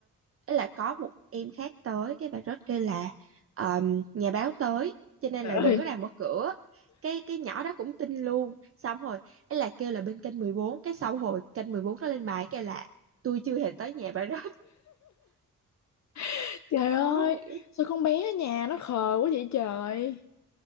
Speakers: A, on the right (about 45°); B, on the left (about 60°).
A: ấy là có một em khác tới cái bà rất kêu là ờ, nhà báo tới cho nên
B: Trời
A: là
B: ơi,
A: đừng có làm mở cửa cái cái nhỏ đó cũng tin luôn xong rồi ấy là kêu là bên kênh mười bốn cái sau hồi kênh 14 nó lên bài kêu là tôi chưa hề tới nhà bà đó <laughs>
B: <laughs> trời
A: khó
B: ơi,
A: hiểu
B: sao con bé ở nhà nó khờ quá vậy trời.